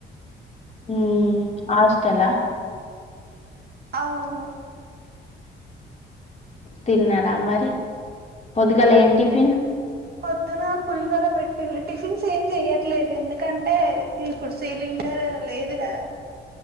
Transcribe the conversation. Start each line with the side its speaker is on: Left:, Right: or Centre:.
Left: ఉమ్ హాస్టల్ హ
Right: అవును
Left: తిన్నారా మరి పొద్దుగాల ఏం టిఫిన్
Right: పొద్దున పులిహోర పెట్టిన్రు టిఫిన్స్ ఏం చెయట్లేదు ఎందుకంటే ఇప్పుడు సిలిండర్ లేదు గదా